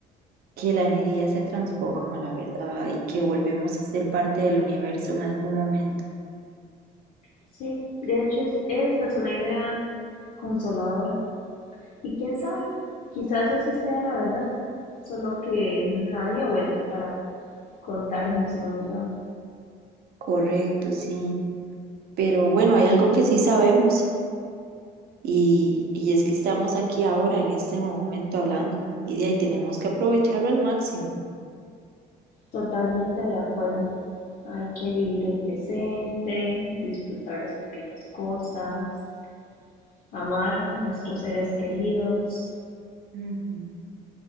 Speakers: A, on the right; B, on the left.
A: que la energía se transforma, la verdad, y que volvemos a ser parte del universo en algún momento.
B: Sí, de hecho es, esa es una idea consoladora. Y quién sabe, quizás esa sea la verdad, solo que nadie ha vuelto para contárnoslo, ¿verdad?
A: Correcto, sí. Pero bueno, hay algo que sí sabemos y, y es que estamos aquí ahora, en este momento, hablando y de ahí tenemos que aprovecharlo al máximo.
B: Totalmente de acuerdo. Hay que vivir el presente, disfrutar las pequeñas cosas, amar a nuestros seres queridos,
A: Ujú.